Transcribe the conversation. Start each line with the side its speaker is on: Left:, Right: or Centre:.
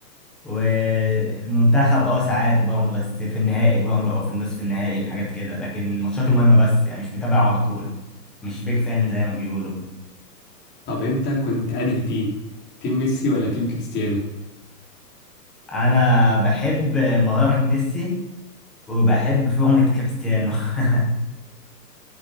Centre: والمنتخب اه ساعات برضه بس في النهائي برضه او في النصف النهائي الحاجات كده لكن الماتشات المهمة بس يعني مش متابع على طول مش بيج فان زي ما بيقولوا
Left: طب أنت كنت أنهي تيم؟ تيم ميسي ولا تيم كريستيانو؟
Centre: انا بحب مهارة ميسي وبحب فورمة كريستيانو <laughs>